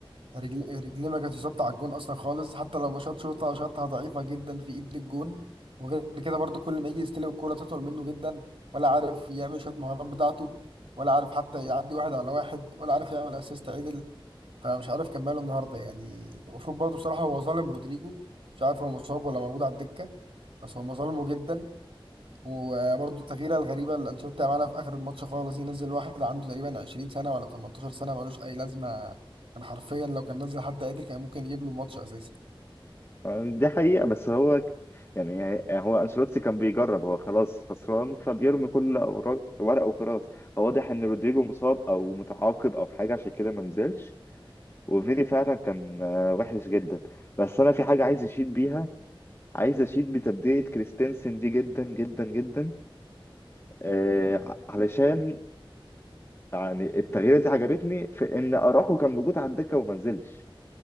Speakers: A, on the right; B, on the left.
A: رجل رجليه ما كانتش ثابته على الجون اصلا خالص حتى لما شاط شوطه شاطها ضعيفه جدا في ايد الجون وغير كده برضو كل ما يجي يستلم الكوره تطول منه جدا ولا عارف يعمل شويه مهارات بتاعته ولا عارف حتى يعدي واحد على واحد ولا عارف يعمل اسيست عدل فمش عارف كان ماله النهارده يعني المفروض برضو بصراحه هو ظالم رودريجو مش عارف هو مصاب ولا موجود على الدكه بس هو ظالمه جدا وبرضه التغييره الغريبه اللي انشيلوتي عملها في اخر الماتش خالص ينزل واحد عنده تقريبا 20 سنه ولا 18 سنه ملوش اي لازمه كان حرفيا لو كان نزل حد قادر كان ممكن يجيب له الماتش اساسا
B: دي حقيقة بس هو ك- يعني هو أنشيلوتي كان بيجرب هو خلاص خسران فبيرمي كل أوراق- ورقه وخلاص هو واضح إن رودريجو مصاب أو متعاقب أو حاجة عشان كده ما نزلش وفيدي فعلا كان آه، وحش جدا بس انا في حاجه عايز اشيد بيها عايز اشيد بتبديه كريستنسن دي جدا جدا جدا آه علشان يعني التغييرات دي عجبتني في ان اراخو كان موجود على الدكه وما نزلش